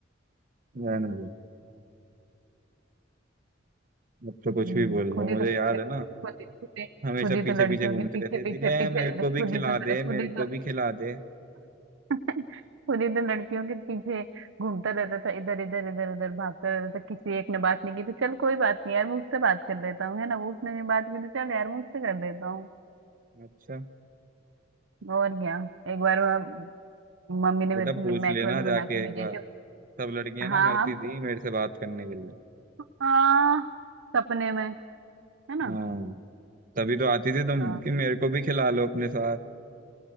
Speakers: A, on the right (about 45°); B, on the right (about 80°).
A: रहने दो अब तो
B: हम्म,
A: कुछ भी बोल
B: खुद
A: लो
B: ही
A: मुझे
B: तो पीछे
A: याद है
B: खुद
A: ना
B: ही खुद ही
A: हमेशा
B: खुद ही तो
A: पीछे
B: लड़कियों
A: पीछे घूमती
B: के पीछे
A: रहती
B: पीछे
A: थी
B: पीछे
A: ए, मेरे को
B: खुद
A: भी खिला
B: ही तो
A: दे
B: खुद
A: मेरे
B: ही तो
A: को भी खिला दे
B: पूरी दिन लड़कियों के पीछे घूमता रहता था इधर इधर इधर उधर भागता रहता था किसी एक ने बात नहीं की तो चल कोई बात नहीं यार मैं उससे बात कर लेता हूँ है ना वो उसने नहीं बात की तो चल यार मैं उससे कर लेता हूँ
A: अच्छा
B: और क्या एक बार मैं- मम्मी ने
A: बेटा
B: मेरे से
A: पूछ
B: मैक्रोनी
A: लेना
B: बना
A: जाके
B: के भेजी
A: एक बार
B: थी
A: सब लड़कियां
B: हाँ
A: ना मरती
B: हाँ
A: थी मेरे से बात करने के लिए
B: हाँ सपने में है ना
A: हाँ तभी तो आती थी तुम
B: हाँ
A: कि मेरे को भी खिला लो अपने साथ